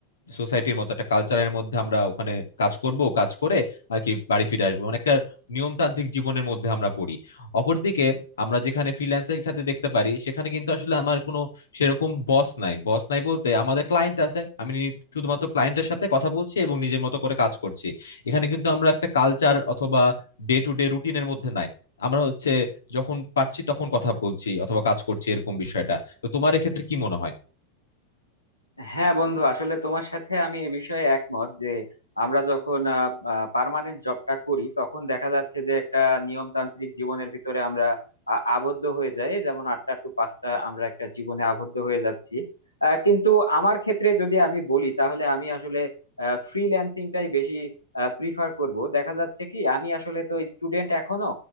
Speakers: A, on the left (about 65°); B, on the left (about 85°).
A: সোসাইটির মতো একটা কালচারের মধ্যে আমরা ওখানে কাজ করব কাজ করে আর কি বাড়ি ফিরে আসবো মানে একটা নিয়মতান্ত্রিক জীবনের মধ্যে আমরা পড়ি অপরদিকে আমরা যেখানে ফ্রিল্যান্সের খাতে দেখতে পারি সেখানে কিন্তু আসলে আমার কোনো সেরকম বস নাই বস নাই বলতে আমাদের ক্লায়েন্ট আছে আমি নি- শুধুমাত্র ক্লায়েন্টের সাথে কথা বলছি এবং নিজের মতো করে কাজ করছি এখানে কিন্তু আমরা একটা কালচার অথবা ডে টু ডে রুটিনের মধ্যে নাই আমরা হচ্ছে যখন পারছি তখন কথা বলছি অথবা কাজ করছি এরকম বিষয়টা তো তোমার এক্ষেত্রে কি মনে হয়
B: হ্যাঁ বন্ধু আসলে তোমার সাথে আমি এ বিষয়ে একমত যে আমরা যখন পার্মানেন্ট জবটা করি তখন দেখা যাচ্ছে যে একটা নিয়মতান্ত্রিক জীবনের ভিতরে আমরা আ- আবদ্ধ হয়ে যাই যেমন আটটা টু পাঁচটা আমরা একটা জীবনে আবদ্ধ হয়ে যাচ্ছি আহ, কিন্তু আমার ক্ষেত্রে যদি আমি বলি তাহলে আমি আসলে ফ্রিল্যান্সিংটাই বেশি প্রিফার করব দেখা যাচ্ছে কি আমি আসলে তো স্টুডেন্ট এখনো